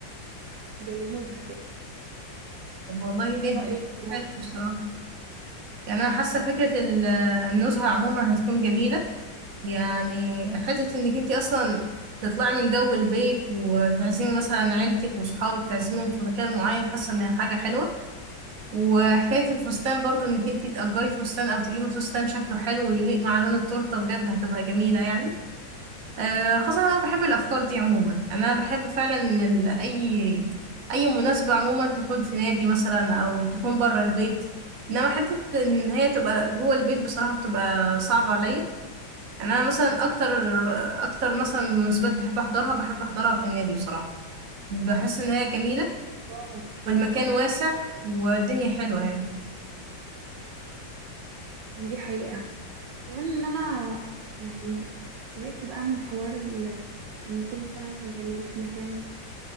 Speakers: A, on the right (about 70°); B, on the right (about 50°).
A: زي نزهه كده
B: طب والله ليه؟
A: ايه رايك في الموضوع
B: حلو بصراحة
A: ده
B: يعني أنا حاسة فكرة ال- النزهة عموما هتكون جميلة يعني حتة إنك انت أصلا تطلعي من جو البيت وتعزمي مثلا عيلتك وصحابك تعزميهم في مكان معين حاسة إنها حاجة حلوة وحكاية الفستان برضو انك انتي تأجري فستان او تجيبي فستان شكله حلو ويليق مع لون التورتة بجد هتبقى جميلة يعني آه خاصة انا بحب الافكار دي عموما انا بحب فعلا إن ال- اي اي مناسبة عموما تكون في نادي مثلا او تكون بره البيت انما حتة ان هي تبقى جوه البيت بصراحة بتبقى صعبة عليا يعني انا مثلا اكتر اكتر مثلا مناسبات بحب احضرها بحب احضرها في النادي بصراحة بحس ان هي جميلة
A: اه
B: والمكان واسع والدنيا حلوة يعني
A: دي حقيقه كمان ان انا يعني زهقت بقى من حوار ال- ان كل سنه مثلا تعمليه في مكان